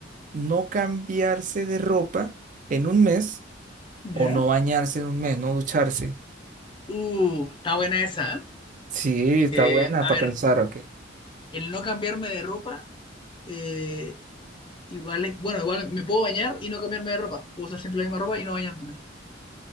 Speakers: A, on the right; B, on the left.
A: ¿No cambiarse de ropa en un mes
B: ¿Ya?
A: o no bañarse en un mes, no ducharse?
B: Uh, está buena esa. ¿eh?
A: Sí,
B: Eh,
A: está buena
B: a
A: para
B: ver,
A: pensar, ¿ok?
B: el no cambiarme de ropa, eh, igual es, bueno, igual me puedo bañar y no cambiarme de ropa. Puedo usar siempre la misma ropa y no bañándome.